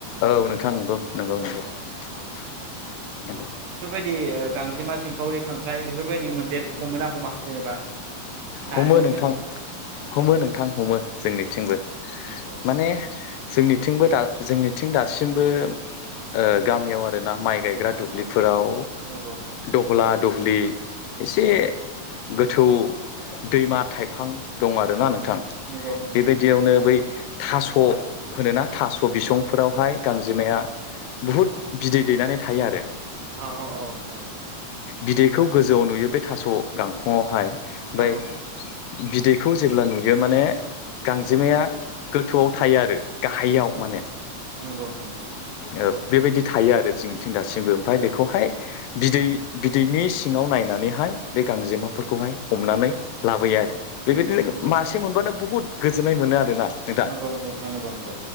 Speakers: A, on the left; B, on the right.
A: औ नोंथां नंगौ-नंगौ-नंगौ-नंगौ
B: औ औ औ दे गांजेमा सिंखावरि खांख्राइ बेफोरबायदि मोनदेर हमोना हमा जेनेबा नानि
A: हमो
B: अनगायै
A: नोंथां
B: उम
A: हमो नोंथां हमो
B: उम
A: जोंनिथिंबो
B: औ औ
A: माने जोंनिथिंबो
B: औ
A: दा जोंनिथिं दासिमबो
B: उम
A: ओ गामियाव आरो ना माइ गाय ग्रा दुब्लिफोराव
B: औ नंगौ नोंथां
A: दहला दुब्लि एसे गोथ थौ दैमा थाइफां दं आरोना नोंथां
B: नंगौ नंगौ नोंथां
A: बेबायदियावनो बै थास' होनोना थास' बिसंफोरावहाय गांजेमाया
B: नंगौ नंगौ
A: बुहुत
B: औ
A: बिदै दैनानै थायो आरो
B: औ औ औ नोंथां औ
A: बिदैखौ गोजौआव नुयो बे थास' गांखं फुंङावहाय ओमफाय
B: नंगौ नंगौ
A: बिदै खौ जेब्ला नुयो माने गांजेमाया
B: औ
A: गोथौआव थायो आरो गाहाययाव
B: नंगौ
A: माने
B: नंगौ नोंथां नंगौ
A: औ बेबायदि थायो आरो जों थिं दासिमबो
B: औ
A: ओमफ्राय
B: औ
A: बेखौहाय
B: औ
A: बिदै बिदैनि सिङाव नायनानैहाय बे गांजे
B: उम
A: फोरखौहाय हमनानै लाबोयो आरो बेबादिनो
B: नंगौ
A: मासे मोनबानो बुहुद गोजोन्नाय मोनो आरोना
B: औ
A: नोंथां
B: नंगौ नंगौ नोंथां नंगौ नंगौ